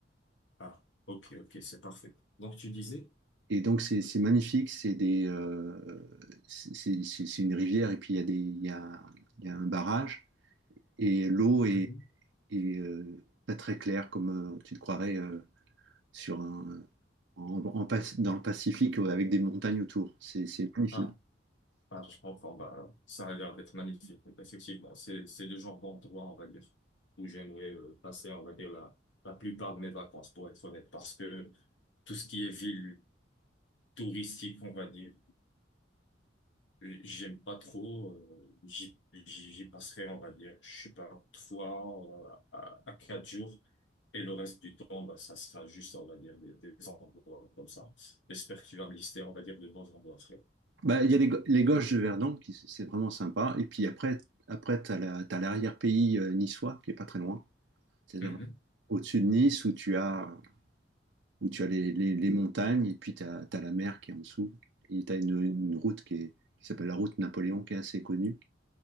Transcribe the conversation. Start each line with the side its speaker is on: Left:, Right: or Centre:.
Left: Ah, ok, ok, c'est parfait. Donc tu disais?
Right: Et donc c'est c'est magnifique. C'est des euh, c'est c'est- c'est- c'est une rivière et puis il y a des il y a, il y a un barrage et l'eau est,
Left: Mhm.
Right: est, euh, pas très claire comme euh, tu te croirais. euh, sur un, en, en Pas- dans le Pacifique euh, avec des montagnes autour. C'est c'est magnifique.
Left: Ah, ah, je comprends. Bah, ça a l'air d'être magnifique. Effectivement, c'est, c'est le genre d'endroit, on va dire, où j'aimerais euh, passer, on va dire, la, la plupart de mes vacances, pour être honnête, parce que tout ce qui est ville touristique, on va dire, euh, j'aime pas trop. euh, j'y, j'y j'y passerai, on va dire, je sais pas, trois euh, à, à quatre jours. Et le reste du temps, bah, ça sera juste, on va dire, des, des envois comme ça. J'espère que tu vas me lister, on va dire, de bons envois, frérot.
Right: Bah, il y a les, go- les Gorges de Verdon, qui s- c'est vraiment sympa. Et puis après, après tu as la, t'as l'arrière-pays euh, niçois, qui est pas très loin. C'est-à-dire
Left: Mhm.
Right: au-dessus de Nice, où tu as, où tu as les, les- les montagnes, et puis tu as, la mer qui est en dessous. Et tu as une, une route qui est- qui s'appelle la route Napoléon, qui est assez connue,